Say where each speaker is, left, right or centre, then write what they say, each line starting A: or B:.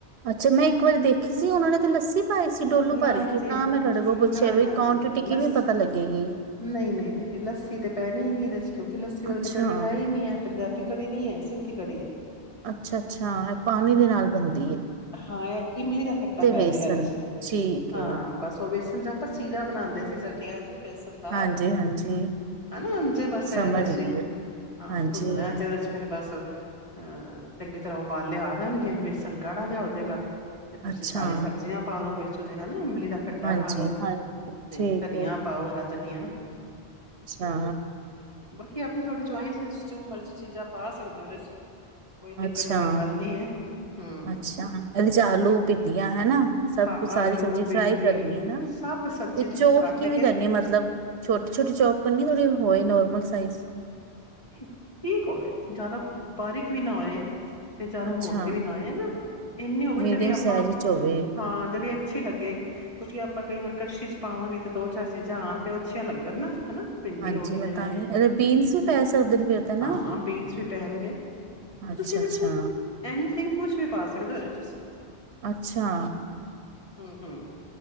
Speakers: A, on the right (about 70°); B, on the left (about 30°).
A: ਅੱਛਾ ਮੈਂ ਇੱਕ ਵਾਰੀ ਦੇਖੀ ਸੀ ਉਹਨਾਂ ਨੇ ਤੇ ਲੱਸੀ ਪਾਏ ਸੀ ਡੋਲੂ
B: ਨਾ
A: ਭਰ ਕੇ
B: ਜੀ
A: ਤਾਂ ਮੈਂ ਤੁਹਾਡੇ
B: ਨਾ
A: ਕੋਲ ਪੁੱਛਿਆ ਬਈ
B: ਨਾ
A: ਕੁਆਂਟਿਟੀ
B: ਨਾ ਨਾ
A: ਕਿਵੇਂ
B: ਲੱਸ
A: ਪਤਾ ਲੱਗੇਗੀ
B: ਨਹੀਂ ਨਹੀਂ ਨਹੀਂ ਨਹੀਂ ਲੱਸੀ ਤੇ ਪੈਣੀ ਹੀ ਨ ਇਹਦੇ ਚ ਕਿਉਂ ਕਿ ਲੱਸੀ ਵਾਲੇ
A: ਅੱਛਾ
B: ਤੇ ਕੜੀ ਹੈ ਹੀ ਨਹੀਂੀ ਹੈ ਪੰਜਾਬੀ ਕੜੀ ਨੀ ਹੈ ਸਿੰਧੀ ਕੜੀ ਹੈ
A: ਅੱਛਾ ਅੱਛਾ ਇਹ ਪਾਣੀ ਦੇ ਨਾਲ ਬੰਦੀ
B: ਹਾਂ ਇਹ ਇਮਲੀ ਦਾ ਖੱਟਾ ਪੈ
A: ਵੇਸਣ
B: ਜਾ ਘਰੇ ਚ
A: ਠੀਕ
B: ਹਾਂ
A: ਏ
B: ਬਸ ਉਹ ਵੀ ਪੰਜ ਆਪਾਂ ਸੀਰਾਾ ਬਣਾਉਂਦੇ ਸੀ ਸਰਦੀਆਂ ਚ ੇਸ ਦਾ
A: ਹਾਂਜੀ ਹਾਂਜੀ
B: ਹਨਾ ਜੇ ਬਸ ਐ
A: ਸਮਝ
B: ਵਸ
A: ਗਈ ਆ
B: ਹਾਂ
A: ਹਾਂਜੀ
B: ਭੁੰਨ ਤੇ ਉਹਦੇ ਚ ਫੇਿਰ ਬਸ ਅਹ ਚੰਗੀ ਤਰ੍ਹਾਂ ਉਬਾਲੇ ਆ ਜਾਣਗੇ ਬੇਸਣ ਗਾੜਾ ਜਿਹਾ ਹੋ ਜਾੇਗਾ ਤੇ ਤੁਸੀਂ
A: ਅੱਛਾ
B: ਸਾਰੀ ਸਬਜ਼ੀਆਂ ਪਾ ਦੋ ਵੀ ਦੇ ਹਨ ਇੰਲ ਖੱਟਾ
A: ਹਾਂਜੀ
B: ਪਾ ਲੋੋ
A: ਹਾਂ
B: ਤੇ
A: ਠੀਕ
B: ਧਨੀਆ
A: ਏ
B: ਪਾਓ ਰਾ ਤਨੀਆਂ
A: ਅੱਛਾ
B: ਕੀ ਆਪਣੀ ਤੁਹਾਡੀ ਚੁਆਇਸ ਵਿੱਚ ਜੋ ਮਰਜ਼ੀ ਚੀਜ਼ਾਂ ਪਾ ਸਕਦੇ ਹੋ ਉਹਦੇ 'ਚ ਕੋਈ ਦਿੱਕਤ
A: ਅੱਛਾ
B: ਵਾਲੀ ਗੱਲ ਨਹੀਂ ਹੈ ਹਮ
A: ਅੱਛਾ ਇਹਦੇ ਚ ਆਲੂ ਪਿੱਲੀਆਂ ਹਨਾ ਸਭ
B: ਹਾਂ
A: ਕੁਛ ਸਾਰੀ
B: ਆਲੂ
A: ਸਬਜ਼ੀ
B: ਭਿੰਡੀ
A: ਫਰਾਈ ਕਰਨੀ ਹੈਾ
B: ਸਭ ਸਬਜ਼ੀ
A: ਤੇ ਚੋਪ
B: ਤੁਸੀਂ ਕੱਟ
A: ਕਿਵੇਂ
B: ਕੇ
A: ਕਰਨੀ ਮਤਲਬ ਛੋਟੀ ਛੋਟੀ ਚੋਪ ਕਰਨੀ ਥੋੜੀ ਹੋ ਨੋਰਮਲ ਸਾਈਜ਼
B: ਠੀਕ ਹੋਵੇ ਜ਼ਿਆਦਾ ਬਾਰਕ ਵੀ ਨਾ ਹੋਏ ਤੇਚਾਰਾ
A: ਅੱਛਾ
B: ਮੋਟੀ ਵੀ ਨਾ ਆ ਨਾ ਇੰਨੀ ਹੋਵੇ
A: ਮੀਡੀਅਮ
B: ਜਿਹੜੀ ਆਪਾਂ
A: ਸਾਈਜ਼ ਚ ਹੋਵੇ
B: ਹਾਂ ਜਿਹੜੀ ਅੱਛੀ ਲੱਗੇ ਕਿਉਂਕਿ ਆਪਾਂ ਕਈ ਵਾਰ ਕੜਸ਼ੀ ਚ ਪਾਵਾਂਗੇ ਤੇ ਦੋ ਚਾਰ ਚੀਜ਼ਾਂ ਆਉਣ ਤੇ ਉਹ ਅੱਛੀਆਂ ਲੱਗਣ ਨਾ ਹਨਾ ਭਿੰਡੀ
A: ਹਾਂਜੀ
B: ਹੋ ਗਈ
A: ਮੈਂ
B: ਜਿਵੇਂ
A: ਤਾਂ ਹੀ ਇਹਦੇ ਬੀਨਸ ਪੈ ਸਕਦੇ ਨੇ ਫੇਿਰ ਤਾਂ ਨਾ
B: ਹਾਂ ਬੀਨਸ ਵੀ ਪੈਣਗੇ
A: ਅੱਛਾ
B: ਤੁਸੀਂ ਇਹਦੇ
A: ਅੱਛਾ
B: ਚ ਕੁਛ ਐਨੀਥਿੰਗ ਕੁਛ ਵੀ ਪਾ ਸਕਦੇ ਹੋਦੇ ਤੁਸੀਂ
A: ਅੱਛਾ
B: ਹਮ ਹਮ